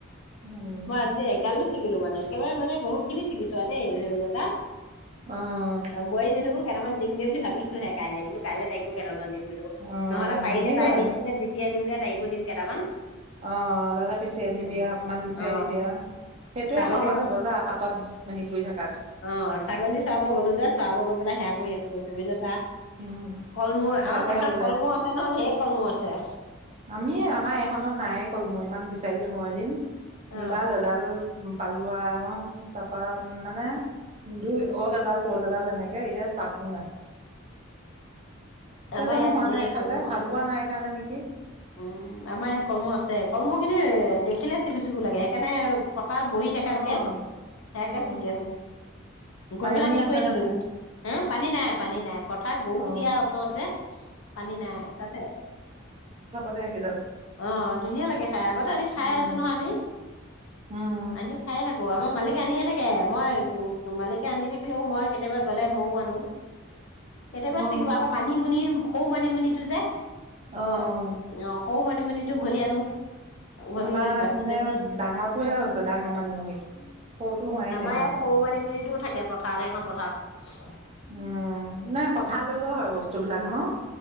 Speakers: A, on the right; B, on the left.
A: উম
B: মই আজি এগালো ছিগিলো মানে একেবাৰে মানে বহুত চিগিছো আও দেই হে সেইবিলাক কা
A: অ',
B: বোৱাৰীজনিকো কেটামান দিমগে বুলি ভাবিছোঁ হে কাইলে বুলো কাইলে তাইকো কেটামান দিম
A: অ',
B: নহলে পাৰিলে
A: দিবিগৈ
B: তাই মিক্সিতে পিচি আনিমগে তাই কো দিম কেইটামান
A: অ তাতে পিচি আনিবি
B: উম,
A: আ অকমান দি থৈ
B: অ
A: আহিবি আ সেইটোয়ে
B: ছাগলী
A: সহজ হব যা পাতত কৰি থাক
B: অ ছাগলী চোৱাব গ'লো যে চোৱাব গৈ পেলাই সেয়া কৰি আছো <unintelligible>
A: উম।
B: কলমৌ
A: ভালে
B: আমাৰ পথাৰত
A: হ'ল
B: কলমৌ আছে নহয় ঢেৰ কলমৌ আছে
A: আমিয়ে আমাৰ এখনত নায়ে কলমৌ ইমান বিচাৰিলো মই এদিন
B: অ
A: দুডাল এডাল পালো লোৱাই অ তাৰপা মানে দুই অত এডাল ত'ত এডাল এনেকে এতিয়া তাকো নাই। কিয়
B: আমাৰ
A: জানো
B: ইয়াত
A: হোৱা
B: ঢেৰ
A: নাই এইফালে
B: কলমৌ আছে
A: হাল বোৱা নাই কাৰণে নেকি কি
B: উম আমাৰ ইয়াত কলমৌ আছে কলমৌ খিনি দেখিলে চিঙু চিঙু লাগে সেইকাৰণে পতাত বহি থেকাতকে
A: অ'।
B: সেয়াকে
A: অ',
B: ছিগি আছোং
A: মানিমুনি
B: গৈ পেলাই কি
A: আছেনে
B: কৰি থাকিম
A: নাই?
B: হে পানী নাই পানী নাই পথাৰত গৰু
A: অ'।
B: দিয়া ওচৰত যে পানী নাই তাতে
A: <unintelligible> তাব
B: অ ধুনীয়া লাগে খাই আগতে আনি খাই
A: উম
B: আছো নহয় আমি।
A: উম
B: আনি খায়ে থাকো আমাৰ মালিক আনিয়ে থাকে আও। মই মালিকে আনি থাকিলেও মই কেতিয়াবা গলে মইও আনো কেতিয়াবা
A: অ
B: চিকিব, আকৌ মানি মুুনি খৌ মানিমুনিটো যে,
A: আহ আহ
B: অ সৰু মানিমুনিটো উঘলি আনো। উঘলি
A: আমাৰপিনে
B: উঘলি বাচি বাচি
A: ডাঙৰটোহে হৈছে, ডাঙৰ মানিমুনিটো। সৰুটো হোৱাই
B: আমাৰ
A: নাই ইমান।
B: ইয়াত সৰু মানিমুনিটো থাকে পথাৰ সেইখন পথাৰত।
A: উম নাই পথাৰ লৈ লৈ হয় বস্তুবিলাক ন?